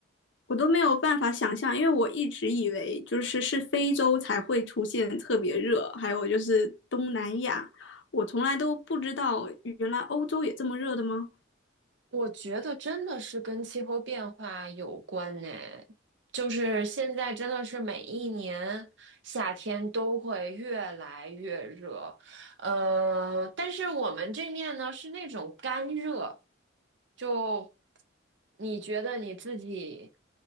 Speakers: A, on the left; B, on the right.
A: 我都没有办法想象，因为我一直以为就是是非洲才会出现特别热，还有就是东南亚，我从来都不知道原来欧洲也这么热的吗？
B: 我觉得真的是跟气候变化有关呢，就是现在真的是每一年夏天都会越来越热，呃，但是我们这面呢是那种干热，就你觉得你自己